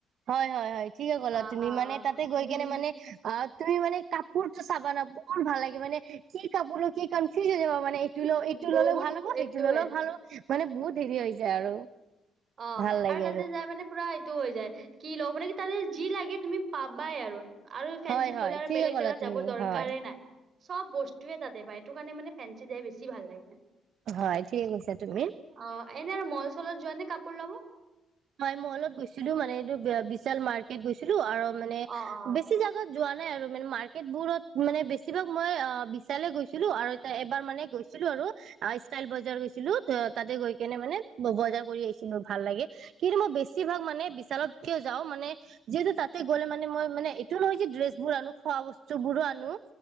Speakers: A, on the right; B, on the right.
A: হয় হয় হয় ঠিকে ক'লা
B: অ
A: তুমি
B: অ
A: মানে তাতে গৈ
B: উম
A: কেনে মানে আহ। তুমি মানে কাপোৰতটো চাবান বহুত ভাল লাগে মানে কি কাপোৰ কি কনফিউজন যাবা মানে মানে এইটো ল এইটো
B: বহুত
A: ললেও ভাল হব
B: এইটোয়ে
A: সেইটো ল'লেও ভাল হ'ব মানে বহুত হেৰি হৈ যায় আৰু
B: অ
A: ভাল লাগে
B: আৰু তাতে যাই মানে পুৰা টো হৈ যায় কি লও মানে কি তাৰে যি লাগে তুমি পাবাই আৰু আৰু ফেঞ্চিত
A: হয় হয়
B: গ'লে আৰু
A: ঠিকে
B: বেলেগ
A: ক'লা
B: জেগাত
A: তুমি
B: যাব দৰকাৰেই
A: হয়
B: নাই চব বস্তুৱয়ে তাতে পায় এইটো কাৰণে মানে ফেঞ্চি যায়ে বেছি ভাল লাগে
A: হয় ঠিকে কৈছা তুমি
B: অ এনে আৰু মল চলত যোৱা নে ওলাব
A: মই মলত গৈছিলোঁ মানে এইটো বিশাল মাৰ্কেট গৈছিলোঁ আৰু মানে
B: অ অ
A: বেছি জাগাত যোৱা নাই আৰু মে মাৰ্কেট বোৰত মানে বেছিভাগ মই বিশালে গৈছিলোঁ আৰু এ এবাৰ মানে গৈছিলোঁ আৰু ষ্টাইল বজাৰ গৈছিলোঁ অ তাতে গৈ কেনে মানে ব বজাৰ কৰি আহিছিলোঁ ভাল লাগে কিন্তু মই বেছিভাগ মানে বিশচালতকে যাওঁ মানে যিহেতু তাতে গ'লে মানে মই মানে এইটো নহয় যে ড্ৰেছবোৰ আনো খোৱা বস্তু বোৰো আনো।